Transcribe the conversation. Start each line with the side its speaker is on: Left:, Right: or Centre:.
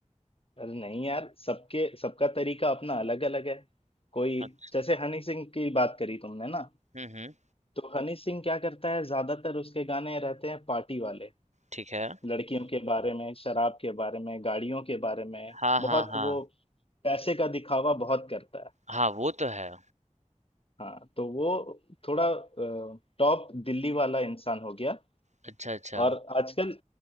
Left: अरे नहीं यार सबके सबका तरीका अपना अलग अलग है कोई
Right: अच्छा,
Left: जैसे हनी सिंह की बात करी तुमने ना
Right: हम्म हम्म
Left: तो हनी सिंह क्या करता है ज्यादातर उसके गाने रहते हैं पार्टी वाले
Right: ठीक है
Left: लड़कियों के बारे में शराब के बारे में गाड़ियों के बारे में
Right: हाँ हाँ
Left: बहुत
Right: हाँ
Left: वो पैसे का दिखावा बहुत करता है
Right: हाँ वो तो है
Left: हाँ तो वो थोड़ा टॉप दिल्ली वाला इंसान हो गया
Right: अच्छा अच्छा
Left: और आजकल